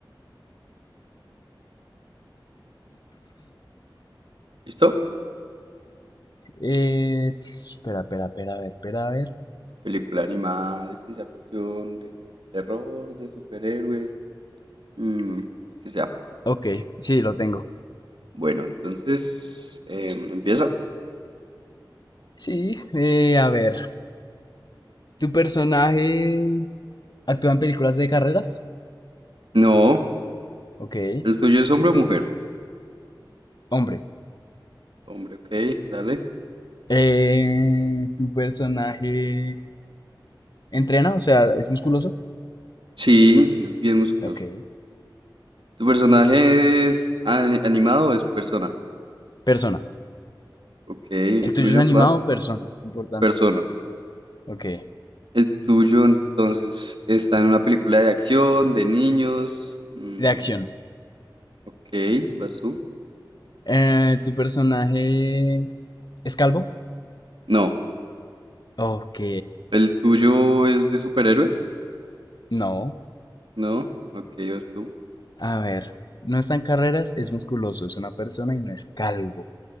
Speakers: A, on the right; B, on the left.
A: ¿Listo?
B: Eh, espera, espera, espera, a ver, espera, a ver.
A: Película animada, de ciencia ficción, de terror, de superhéroes, mm, lo que sea.
B: Ok, sí, lo tengo.
A: Bueno, entonces, em, empieza.
B: Sí, eh, a ver. Tu personaje... ¿Actúa en películas de carreras?
A: No,
B: Ok.
A: el tuyo es hombre o mujer.
B: Hombre.
A: Hombre, ok, dale.
B: Eh, ¿tu personaje entrena? O sea, ¿es musculoso?
A: Sí, es bien musculoso.
B: Ok.
A: ¿Tu personaje es ani- animado o es persona?
B: Persona.
A: Ok, ¿el
B: ¿El tuyo
A: tuyo?
B: es animado
A: ¿Vas?
B: o persona? Importante.
A: Persona.
B: Ok.
A: El tuyo entonces está en una película de acción, de niños. mm,
B: De acción.
A: ok, vas tú.
B: Eh, ¿tu personaje es calvo?
A: No,
B: Ok.
A: el tuyo es de superhéroes.
B: No.
A: No, ok, vas tú.
B: A ver. No está en carreras, es musculoso, es una persona y no es calvo.